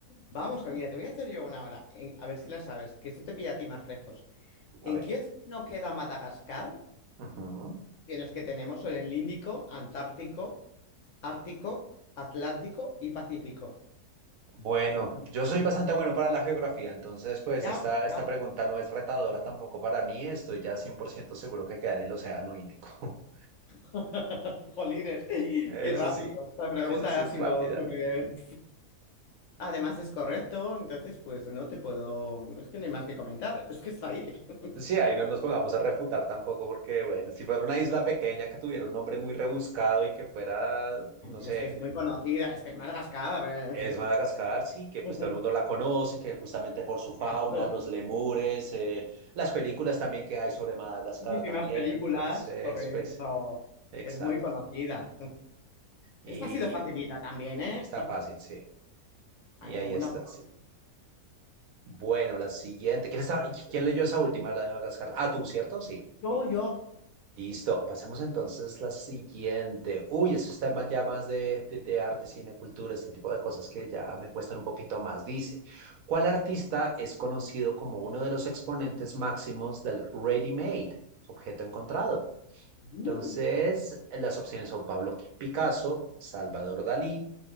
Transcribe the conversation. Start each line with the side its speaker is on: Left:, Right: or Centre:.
Left: Vamos a ver, mira, te voy a hacer yo una hora, en- a ver si la sabes, que esto te pilla a ti más lejos.
Right: A
Left: ¿En
Right: ver.
Left: qué no queda Madagascar?
Right: Ujú.
Left: Tienes que tenemos son el Índico, Antártico, Ártico, Atlántico y Pacífico.
Right: Bueno, yo soy bastante bueno para la geografía, entonces pues
Left: Ya,
Right: esta, esta
Left: ya.
Right: pregunta no es retadora tampoco para mí, estoy ya 100% seguro que queda en el Océano Índico. <laughs>
Left: <laughs> Jolines, qué
Right: Eso
Left: rápido.
Right: sí,
Left: La pregunta
Right: eso sí
Left: ha
Right: es
Left: sido
Right: rápida.
Left: súper. Además es correcto, entonces pues no te puedo. Es que no hay más que comentar. Es que está ahí. <laughs>
Right: Sí, ahí no nos pongamos a refutar tampoco porque, bueno, si fuera una isla pequeña que tuviera un nombre muy rebuscado y que fuera, no sé,
Left: Es que es muy conocida, es que es Madagascar. eh.
Right: Es Madagascar, sí, que pues
Left: <laughs>
Right: todo el mundo la conoce, que justamente por su fauna,
Left: Exacto.
Right: los lemures, eh, las películas también que hay sobre Madagascar
Left: Muchísimas
Right: también,
Left: películas,
Right: entonces,
Left: correcto.
Right: pues, exacto.
Left: Es muy conocida.
Right: Y
Left: Esta ha sido facilita también, ¿eh?
Right: está fácil, sí.
Left: Bueno,
Right: Y ahí
Left: una.
Right: está, sí. Bueno, la siguiente. ¿Quién estaba- quién leyó esa última, la de Madagascar? Ah, tú, ¿cierto? Sí.
Left: Yo, yo.
Right: Listo, pasemos entonces la siguiente. Uy, esos temas ya más de, de, de arte, cine, cultura, este tipo de cosas que ya me cuestan un poquito más. Dice, ¿cuál artista es conocido como uno de los exponentes máximos del ready-made, objeto encontrado?
Left: Mm.
Right: Entonces, las opciones son Pablo Picasso, Salvador Dalí,